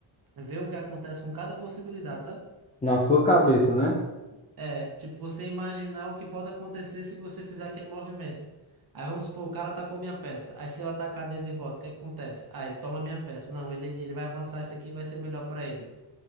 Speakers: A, on the right; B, on the left.
A: ver o que acontece com cada possibilidade, sabe?
B: Na sua cabeça,
A: Tipo,
B: né?
A: é, tipo você imaginar o que pode acontecer se você fizer aquele movimento. Aí vamos supor, o cara atacou minha peça. Aí se eu atacar dele de volta, o que é que acontece? Ah, ele toma minha peça. Não, ele, ele vai avançar isso aqui, e vai ser melhor pra ele.